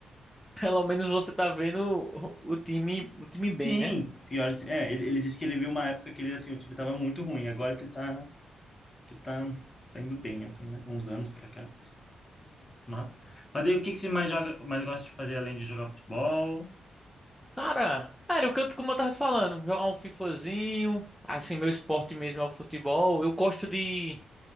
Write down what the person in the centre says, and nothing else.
Pelo menos você tá vendo o, o time, o time bem,
né?
Cara, era o que eu, como eu tava te falando, jogar um FIFAzinho, assim, meu esporte mesmo é o futebol. Eu gosto de,